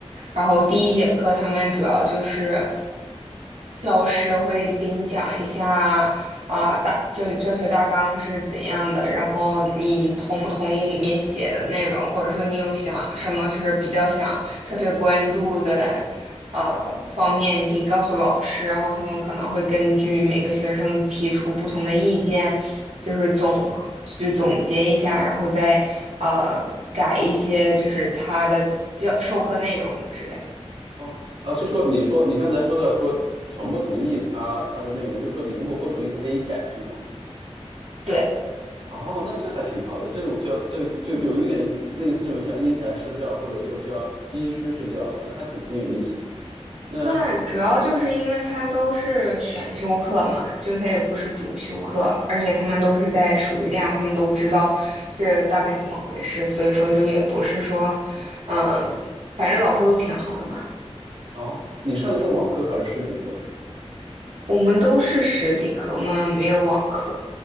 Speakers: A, on the right; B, on the right.
A: 然后第一节课他们主要就是老师会给你讲一下，啊，大教教学大纲是怎样的，然后你同不同意里面写的内容，或者说你有想什么就是比较想特别关注的呃方面，你可以告诉老师，然后他们可能会根据每个学生提出不同的意见，就是总和就总结一下，然后再呃改一些就是他的教授课内容之类的。
B: 哦，啊，就说你说你刚才说的说同不同意他他的内容，就说你如果不同意，他可以改，是吗？
A: 对。
B: 哦，那这还挺好的，这种叫这个就就有一点类似于像因材施教，或者就是像因虚施教了，那还挺挺有意思的。那
A: 那主要就是因为他都是选修课嘛，就他也不是主修课，而且他们都是在暑假，他们都知道是大概怎么回事，所以说就也不是说，嗯，反正老师都挺好的嘛。
B: 哦，你上的是网课还是实体课？
A: 我们都是实体课嘛，没有网课。